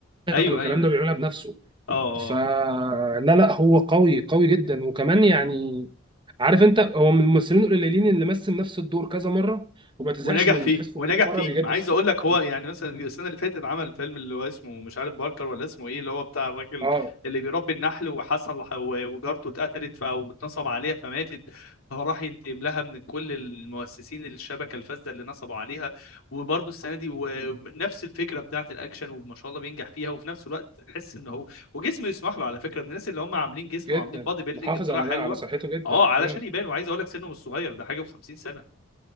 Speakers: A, on the left; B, on the right.
A: ايوه
B: والكلام
A: ايوه ايوه
B: ده بيعملها بنفسه
A: اه
B: فلا
A: اه
B: لا لا، هو قوي قوي جدا وكمان يعني عارف انت هو من الممثلين القليلين اللي مثل نفس الدور كذا مره وما تزهقش
A: ونجح
B: منه
A: فيه
B: تحسه
A: ونجح
B: كل مره
A: فيه
B: بيجدد
A: ما عايز
B: فيه
A: اقول لك
B: اه
A: هو يعني مثلا السنه اللي فاتت عمل فيلم اللي هو اسمه مش عارف باركر ولا اسمه ايه اللي هو بتاع الراجل
B: آه،
A: اللي بيربي النحل وحصل و- وجارته اتقتلت ف- او اتنصب عليها فماتت فراح ينتقم لها من كل المؤسسين الشبكه الفاسده اللي نصبوا عليها وبرده السنه دي ونفس الفكره بتاعت الاكشن وما شاء الله بينجح فيها وفي نفس الوقت تحس ان هو وجسمه يسمح له على فكره من الناس اللي هم عاملين جسم
B: جدا
A: وعاملين بادي بيلدينج
B: محافظ
A: بطريقه
B: على
A: حلوه
B: على صحته جدا
A: اه علشان
B: مم.
A: يبان وعايز اقول لك سنه مش صغير ده حاجه و50 سنه